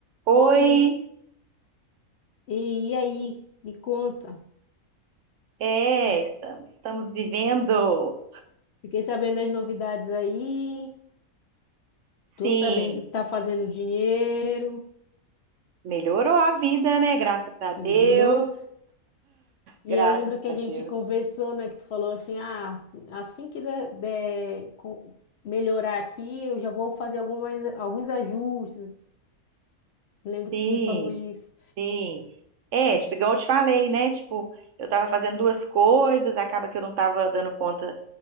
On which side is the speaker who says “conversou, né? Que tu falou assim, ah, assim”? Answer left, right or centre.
Left